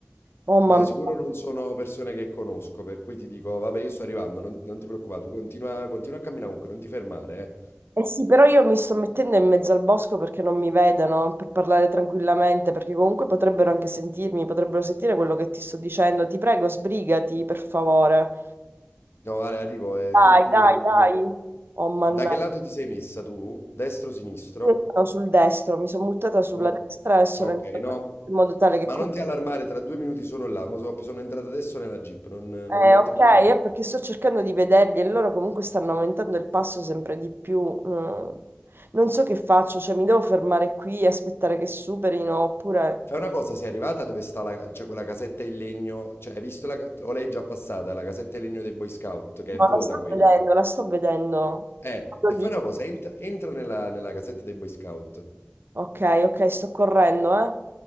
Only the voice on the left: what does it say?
No, sicuro
non sono persone che conosco, per cui ti dico, vabbè, io sto arrivando, non, non ti preoccupare, tu continua, continua a camminare comunque, non ti fermare, eh.
No, Ale, arrivo, eh,
tu, tu
non... non-
Da che lato ti sei messa tu? Destro, sinistro?
No,
ok,
no,
ma
non ti allarmare, tra due minuti sono là, mo so- sono entrato adesso nella Jeep, non, non-
non
ti preoccupare.
Fai una cosa, sei arrivata dove sta la, cioè quella casetta in legno, cioè hai visto la, ca- o lei è già passata, la casetta in legno dei Boy Scout, che è
vuota
quella.
Eh,
e fai
una cosa, entra, entra nella, nella casetta dei Boy Scout.